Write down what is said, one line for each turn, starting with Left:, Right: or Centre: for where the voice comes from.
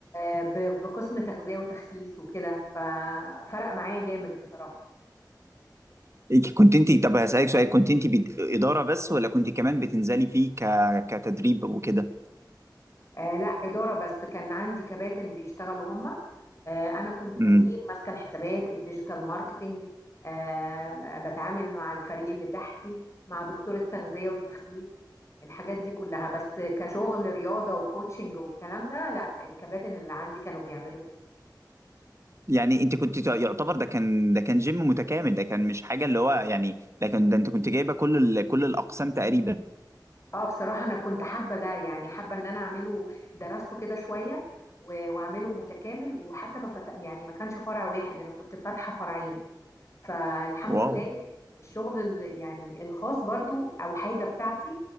Left: أه ب- بقسم تغذية وتخسيس وكده ففرق معايا جامد بصراحة
Right: إيه، كنت انت طب هسألك سؤال كنت انت بد- إدارة بس ولا كنت كمان بتنزلي فيه ك... كتدريب وكده
Left: آه لا إدارة بس كان عندي كباتن بيشتغلوا هما آه أنا كنت بدير
Right: امم
Left: ماسكة الحسابات الديجيتال ماركتينج آه بتعامل مع الفريق اللي تحتي مع دكتور التغذية والتخسيس الحاجات دي كلها بس كشغل رياضة وكوتشنج والكلام ده لا الكباتن اللي عندي كانوا بيعملوا كده
Right: يعني انت كنت تع- يعتبر ده كان ده كان جيم متكامل ده كان مش حاجة اللي هو يعني ده كان ده انت كنت جايبة كل ال... كل الأقسام تقريبا
Left: اه بصراحة أنا كنت حابة ده يعني حابة إن أنا أعمله درسته كده شوية و- وأعمله متكامل وحتى ما فت... يعني ما كانش فرع واحد أنا كنت فاتحة فرعين فالحمد
Right: واو
Left: لله الشغل ال- يعني الخاص برضو او حاجه بتاعتي